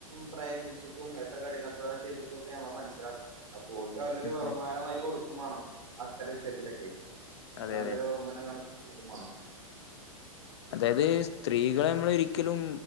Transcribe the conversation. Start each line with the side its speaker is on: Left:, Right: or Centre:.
Right: പ്രയത്നിച്ക്കും എത്ര കഠിനാധ്വാനം ചെയ്തു. ക്കെ നമ്മ മനസിലാക്കണം അപ്പോ ഓല്ക്ക
Left: ഉം
Right: ബഹുമാനം
Left: ഉം
Right: അയിൽകൊടുക്കും വേണം അത്തരവിഷയത്തിലൊക്ക്യേ
Left: അതെ
Right: നല്ലൊരു
Left: അതെ
Right: ണിച് കൊടുക്കുമാണം.
Left: അതായത് സ്ത്രീകളെ നമ്മള് ഒരിക്കലും